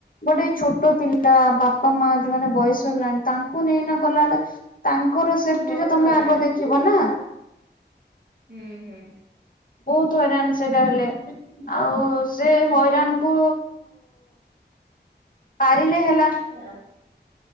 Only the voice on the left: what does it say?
ଗୋଟେ ଛୋଟ ପିଲା ବାପା ମା ଯୋଉମାନେ ବୟସ ହେଲାଣି ତାଙ୍କୁ ନେଇନା ଗଲାବେଳେ ତାଙ୍କର ସେଫଟିରେ
ତମେ
ଆଗ ଦେଖିବ ନା।
ବହୁତ ହଇରାଣ ସେଟା ହେଲେ। ଆଉ ସେ ହଇରାଣ କୁ ପାରିଲେ ହେଲା।